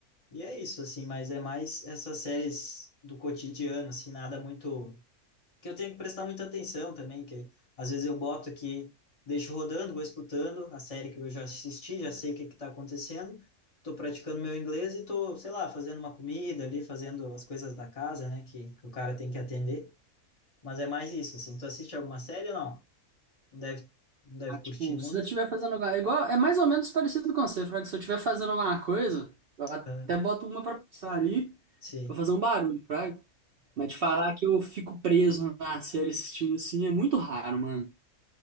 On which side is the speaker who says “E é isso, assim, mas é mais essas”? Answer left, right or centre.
Left